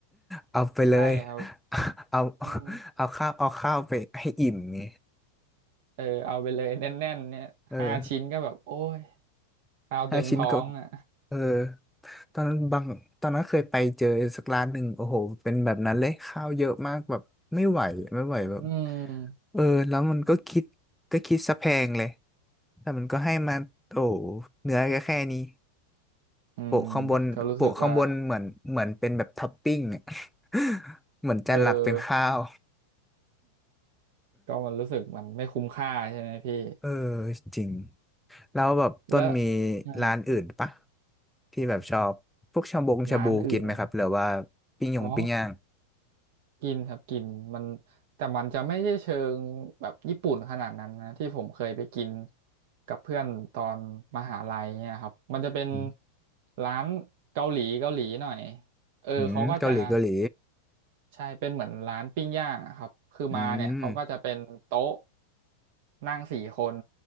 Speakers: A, in the centre; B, on the right (about 50°).
A: เอาไปเลย
B: ใช่ครับ
A: <laughs> เอา <laughs>
B: อืม
A: เอาข้าวเอาข้าวไปให้อิ่มไง
B: เออเอาไปเลยแน่นๆเนี่ยห้าชิ้นก็แบบโอ้ย
A: เออ
B: ข้าวเต็มท้องอ่ะ
A: ห้าชิ้นก็เออตอนนั้นบางตอนนั้นเคยไปเจอสักร้านหนึ่งโอ้โหเป็นแบบนั้นเลยข้าวเยอะมากแบบไม่ไหวไม่ไหวแบบ
B: อืม
A: เออแล้วมันก็คิดก็คิดซะแพงเลยแต่มันก็ให้มาโอ้โหเนื้อก็แค่นี้
B: อืม
A: โปะข้างบนโปะข้างบนเหมือนเหมือนเป็นแบบท็อปปิ้งเน
B: ก็รู้สึกว่า
A: <laughs> เหมือนจานหลักเป็นข้าว
B: เออก็มันรู้สึกมันไม่คุ้มค่าใช่ไหมพี่
A: เออจริงแล้วแบบต้นมี
B: แล้วเออ
A: ร้านอื่นปะที่แบบชอบพวกชาบงชาบูกินไหมครับหรือว่า
B: ร้านอื่นเหรอ
A: ปิ้งยงปิ้งย่าง
B: อ๋อ กินครับกินมันแต่มันจะไม่ใช่เชิงแบบญี่ปุ่นขนาดนั้นนะที่ผมเคยไปกินกับเพื่อนตอนมหาลัยเนี่ยครับมันจะเป็น
A: อืม
B: ร้านเกาหลีเกาหลีหน่อยเออเขาก็จะ
A: อืมเกาหลีเกาหลี
B: ใช่เป็นเหมือนร้านปิ้งย่างอะครับคือมาเนี่ยเขาก็จะเป็นโต๊ะ
A: อืม
B: นั่งสี่คน